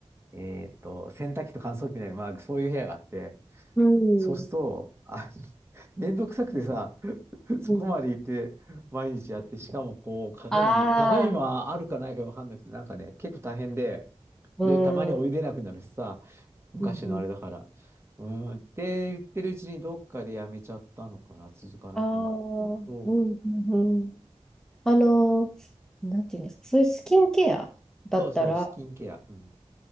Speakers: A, on the right (about 20°); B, in the centre.
A: えーっと、洗濯機と乾燥機みたいな、まあ、そういう部屋があって、
B: うん、
A: そうすると、あ、<laughs> めんどくさくてさ、<laughs> そこまで行って、
B: うん。
A: 毎日やって、しかもこう、鏡、
B: ああ、
A: 鏡もあるかないかわかんなくて、なんかね、結構大変で、
B: うん、
A: で、たまにお湯出なくなるしさ、
B: うん、
A: 昔のあれだから。
B: うん。
A: うーん、って言ってるうちにどっかでやめちゃったのかな、続かなくなって。
B: ああ、うん、
A: そう、
B: うん、うん。あのー、なんていうんですか、そういうスキンケアだったら、
A: そうそう、スキンケア。うん。